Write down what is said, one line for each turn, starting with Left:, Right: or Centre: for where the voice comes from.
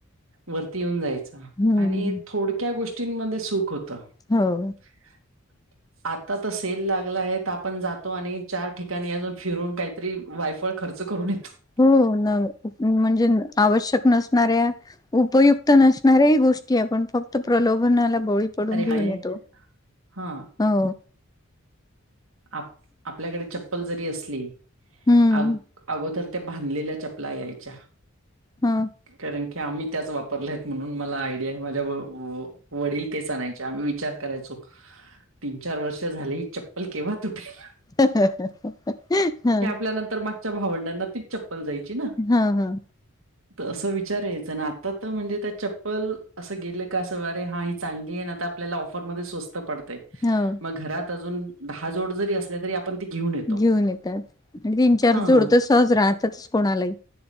Right: वरती येऊन जायचा
Left: हम्म
Right: आणि थोडक्या गोष्टींमध्ये सुख होतं.
Left: हो.
Right: <inaudible> आता त सेल लागला त आपण जातो आणि चार ठिकाणी अजून फिरून काय तरी वायफळ खर्च करून येतो.
Left: हो न म्हणजे आवश्यक नसणाऱ्या उपयुक्त नसणाऱ्याही गोष्टी आपण फक्त प्रलोभनाला बळी पडून
Right: अरे
Left: घेऊन
Right: हाय
Left: येतो
Right: हा
Left: हो.
Right: आप आपल्याकडे चप्पल जरी असली
Left: हम्म
Right: अग अगोदर त्या बांधलेल्या चपला यायच्या
Left: ह
Right: कारण की आम्ही त्याच वापरल्यात म्हणून मला आयडिया माझ्या व वो वडील तेचं आणायचे आम्ही विचार करायचो तीन चार वर्ष झाली ही चप्पल केव्हा तुटेल.
Left: हा
Right: त्यानंतर मागच्या भावंडांना तीचं चप्पल जायची ना
Left: ह
Right: असं विचार यांयचा आणि आता त म्हणजे त्या चप्पल असं गेलं का असं अरे हा ही चांगलीये ना त आपल्याला ऑफर मध्ये स्वस्त पडते.
Left: हो.
Right: मग घरात अजून दहा जोड जरी असले तरी आपण ती येतो.
Left: घेऊन येतात आणि तीन चार
Right: हां,
Left: जोड तर सहज राहतातच कोणालाही